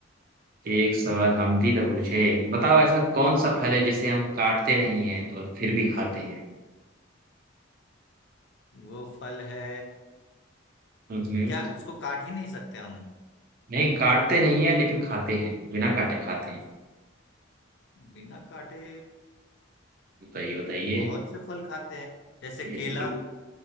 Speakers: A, on the right; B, on the left.
A: एक सवाल हम भी तो पूछे बताओ ऐसा कौन सा फल है जिसे हम काटते नहीं हैं और फिर भी खाते हैं
B: वो फल है
A: मतलब
B: क्या उसको काट ही नहीं सकते हम
A: नहीं काटते नहीं है लेकिन खाते हैं बिना काटे खाते हैं
B: बिना काटे
A: बताइए बताइए
B: बहुत से फल खाते हैं जैसे केला
A: जैसे कि